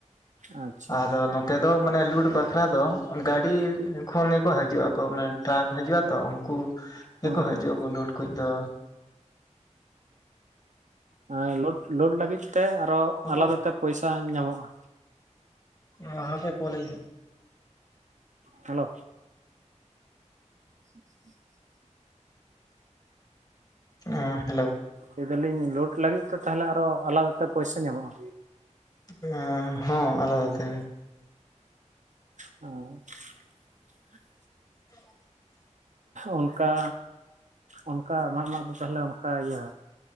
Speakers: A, on the right; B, on the left.
A: ᱟᱪᱪᱷᱟ
B: ᱟᱫᱚ ᱱᱚᱛᱮ ᱫᱚ ᱢᱟᱱᱮ ᱞᱩᱴ ᱵᱟᱠᱷᱨᱟ ᱫᱚ ᱜᱟᱹᱰᱤ ᱠᱷᱚᱱ ᱜᱮᱠᱚ ᱦᱤᱡᱩᱜ ᱟᱠᱚ ᱢᱟᱱᱮ ᱴᱨᱟᱠ ᱦᱤᱡᱩᱜᱼᱟ ᱛᱚ ᱩᱱᱠᱩ ᱜᱮᱠᱚ
A: ᱦᱮᱸ
B: ᱦᱤᱡᱩᱜᱼᱟ
A: ᱦᱮᱸ
B: ᱵᱚᱱ ᱞᱳᱰ ᱠᱚᱭ ᱫᱚ᱾
A: ᱦᱮᱸ ᱞᱳᱰ ᱞᱳᱰ ᱞᱟᱹᱜᱤᱫ ᱛᱮ ᱟᱨᱚ
B: ᱚᱠᱚᱭ
A: ᱟᱞᱟᱫᱟ ᱛᱮ ᱯᱚᱭᱥᱟ ᱧᱟᱢᱚᱜᱼᱟ᱾
B: ᱞᱟᱦᱟ ᱛᱮ ᱠᱚᱞᱮ
A: ᱦᱮᱞᱳ <unintelligible>
B: ᱮᱸ ᱦᱮᱞᱳ
A: ᱞᱟᱹᱭ ᱫᱟᱞᱤᱧ ᱞᱳᱰ ᱞᱟᱹᱜᱤᱫ ᱛᱮᱫᱚ ᱛᱟᱦᱚᱞᱮ ᱟᱨᱚ ᱟᱞᱟᱫᱟᱛᱮ ᱯᱚᱭᱥᱟᱹ ᱧᱟᱢᱚᱜᱼᱟ᱾
B: ᱮ ᱦᱮᱸ ᱟᱞᱟᱫᱟᱛᱮ᱾
A: <unintelligible>
B: <unintelligible>
A: ᱚᱱᱠᱟ ᱚᱱᱠᱟ ᱢᱟᱫ ᱢᱟᱜ ᱫᱚ ᱛᱟᱦᱚᱞᱮ ᱚᱱᱠᱟ ᱤᱭᱟᱹ